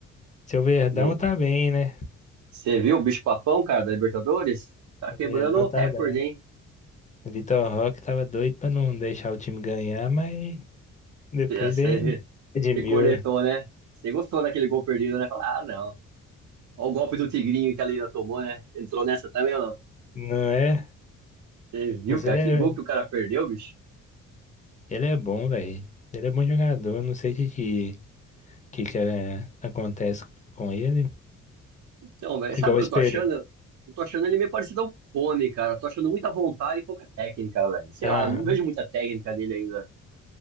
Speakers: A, on the left; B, on the right.
A: seu Verdão
B: no...
A: tá bem, né?
B: Você viu o bicho-papão, cara, da Libertadores? Tá
A: O
B: quebrando
A: Verdão
B: o
A: tá
B: recorde,
A: bem.
B: hein?
A: O Vitor Roque tava doido pra não deixar o time ganhar, mas depois
B: Você
A: ele redimiu,
B: você cornetou, né? Você gostou daquele gol perdido, né? Fala, Ah, não. Olha o golpe do Tigrinho que a Leila tomou, né? Entrou nessa também ou não?
A: não é?
B: Você viu,
A: Mas
B: cara?
A: ele
B: Que
A: é,
B: gol que o cara perdeu, bicho?
A: ele é bom, velho. Ele é bom jogador, não sei o que, que, que, que é- acontece com ele.
B: Então, velho, sabe
A: Igual
B: o
A: o
B: que
A: espelho.
B: eu tô achando? Eu tô achando ele meio parecido ao Cone, cara. Tô achando muita vontade e pouca técnica, velho. Sei
A: Aham.
B: lá, não vejo muita técnica dele ainda.